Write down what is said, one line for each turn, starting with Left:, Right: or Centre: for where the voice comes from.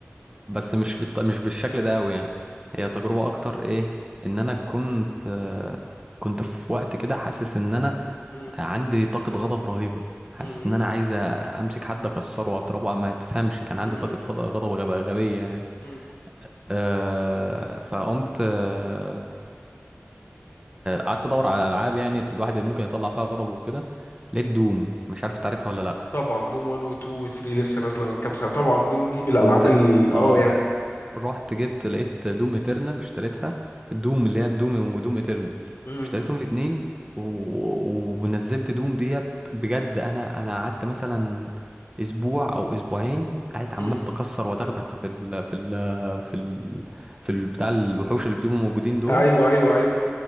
Right: بس مش بالط... مش بالشكل ده قوي يعني هي تجربة اكتر ايه ان انا كنت آه، كنت في وقت كده حاسس ان انا
Left: م-
Right: عندي طاقة غضب رهيبة حاسس
Left: م-
Right: ان انا عايز امسك حد اكسره واضربه ما تفهمش كان عندي
Left: م- م-
Right: طاقة غض- غضب غب- غبية يعني
Left: م- م-
Right: أه فقمت آه، قعدت ادور على العاب يعني الواحد ممكن يطلع فيها غضبه وكده لقيت دوم مش عارف تعرفها ولا لا
Left: طبعا دوم 1 و 2 و 3 لسه نازله من كام سنه طبعا دوم دي من الالعاب
Right: كنت
Left: ال اه
Right: اه
Left: يعني
Right: رحت جبت لقيت دوم اترنال اشتريتها دوم اللي هي الدوم ودوم اترنال
Left: امم
Right: اشتريتهم الاتنين و... و- ونزلت دوم ديت بجد انا انا قعدت مثلا اسبوع او اسبوعين قاعد عمال
Left: امم
Right: بكسر ودغدغ في ال... في ال... في ال... في ال... بتاع الوحوش اللي بتبقوا موجودين دول
Left: ايوه ايوه ايوه